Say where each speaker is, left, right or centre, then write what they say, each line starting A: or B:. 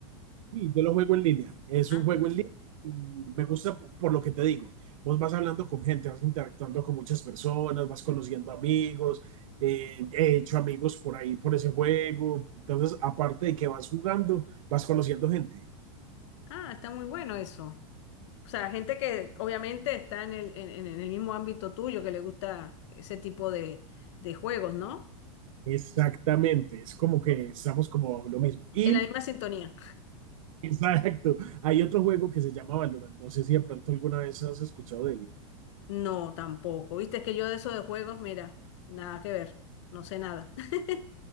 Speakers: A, on the right; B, on the left.
A: Sí, yo lo juego en línea. Es
B: Ah.
A: un juego en línea y me gusta p- por lo que te digo. Vos vas hablando con gente, vas interactuando con muchas personas, vas conociendo amigos. eh, he hecho amigos por ahí, por ese juego. Entonces, aparte de que vas jugando, vas conociendo gente.
B: Ah, está muy bueno eso. O sea, gente que obviamente está en el, en, en el mismo ámbito tuyo, que le gusta ese tipo de, de juegos, ¿no?
A: Exactamente, es como que estamos como lo mismo. Y
B: En la misma sintonía.
A: Exacto. Hay otro juego que se llama Valorant. No sé si de pronto alguna vez has escuchado de él.
B: No, tampoco. Viste, es que yo de eso de juegos, mira, nada que ver. No sé nada. <laughs>